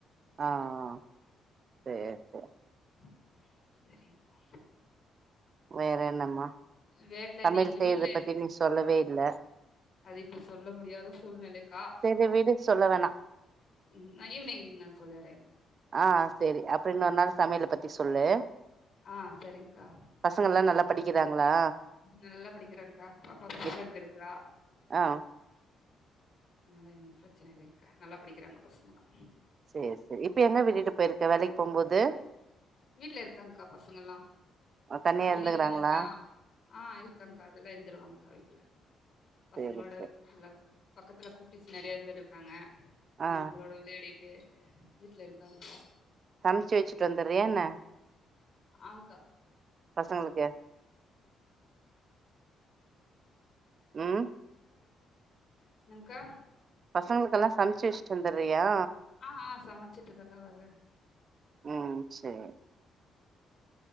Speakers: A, on the right; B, on the left.
A: ஆஹ் ஆஹ் சேர் சேர்
B: ம் செரிங்கா
A: வேற என்னமா
B: வேட்ல
A: சமையல்
B: நீ
A: செய்றத
B: வீட்ல
A: பத்தி நீ சொல்லவே இல்ல
B: அது இப்ப சொல்ல முடியாத சூழ்நிலைக்கா
A: சரி விடு சொல்ல வேணா
B: உம் நா ஈவினிங் நா சொல்லிறே
A: ஆ செரி அப்ப இன்னொரு நாள் சமையல பத்தி சொல்லு
B: ஆ சரிங்க்கா.
A: பசங்கள்லா நல்லா படிக்கிறாங்ளா
B: நல்லா படிக்கிறாங்க்கா பாப்பா ஃபஸ்ட்
A: இப்
B: ரேங்க் எடுக்குறா
A: ஆ
B: அதனால ஒன்னு பிரச்சன இல்லைங்க்கா நல்லா படிக்கிறாங்க பசங்கள்லா
A: சேர் சேரி இப்ப எங்க விட்டுட்டு போயிருக்க வேலைக் போம்போது
B: வீட்ல இருக்காங்க்கா பசங்கலா
A: தனியா
B: இப்ப
A: இருந்துக்கறாங்களா
B: லீவு தானுங்ளா ஆ இருக்காங்க்கா அதெல்லா இருந் துருவாங்க்கா வீட்ல பசங்ளோட
A: சேரி சேரி
B: ஃபுல்லா பக்கத்துல குட்டிஸ்சு நறையா பேரு இருக்காங்க
A: ஆ
B: அவ்ங்ளோட விளையாடிட் ட்டு வீட்ல இருக்காங்க்கா
A: சம்ச்சு வெச்சிட்டு வந்துறியான்ன
B: ஆங்க்கா
A: பசங்களுக்கு ம்
B: என்னங்க்கா
A: பசங்களுக்கெல்லா சம்ச்சு வெச்சிட்டு வந்துற்றியா
B: ஆ ஆ சமைச்சிட்டுதாக்கா வர்றே
A: ம் சேர்